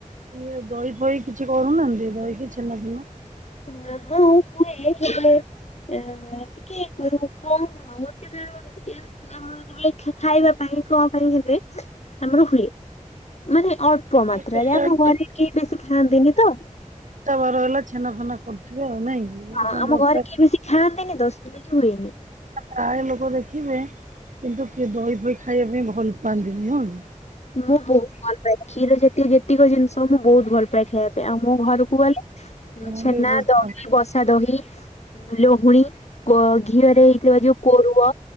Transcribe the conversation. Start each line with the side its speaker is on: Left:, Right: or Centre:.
Right: ଇଏ ଦହି ପହି କିଛି କରୁନାହାନ୍ତି ଦହି କି ଛେନା ଫେନା?
Left: ହ ହଁ ହୁଏ ହେଲେ ଏ ହ ଟିକେ କମ୍ ଆଉ ବାକି ଦିନରେ <unintelligible> ଆମର ଯେତବେଳେ ଖା ଖା ଖାଇବା ପାଇଁ କଁ ପାଇଁ ହେଲେ ଆମର ହୁଏ। ମାନେ ଅଳ୍ପ
Right: ହଁ
Left: ମାତ୍ରାରେ
Right: କେତେବେଳେ
Left: ଆମ ଘରେ କେହି ବେଶୀ ଖାଆନ୍ତିନି ତ।
Right: ତୋ ଘରବାଲା ଛେନା ଫେନା କରୁଥିବେ ଆଉ ନାଇଁ କି? ଗୋଟେ
Left: ହଁ
Right: କଣ
Left: ଆମ
Right: ଦରକାର
Left: ଘରେ କିଏ ବେଶୀ ଖାଆନ୍ତିନି ତ ସେଥିଲାଗି ହୁଏନି।
Right: ପ୍ରାୟ ଲୋକ ଦେଖିବେ କିନ୍ତୁ କିଏ ଦହି ଫହି ଖାଇବା ପାଇଁ ଭଲ ପାଆନ୍ତିନି ନୁହଁକି?
Left: ମୁଁ ବହୁତ ଭଲ ପାଏ, କ୍ଷୀର ଜାତୀୟ ଯେତିକ ଜିନିଷ ମୁଁ ବହୁତ ଭଲ ପାଏ ଖାଇଆ ଆଉ ମୁଁ ଘରକୁ ଗଲେ
Right: ମୁଁ
Left: ଛେନା
Right: ବି ବହୁତ
Left: ଦହି
Right: ଭଲ
Left: ବସା ଦହି ଲହୁଣୀ କ୍ୱ ଘିଅରେ ହେଇଥିବା ଯୋଉ କୋରୁଅ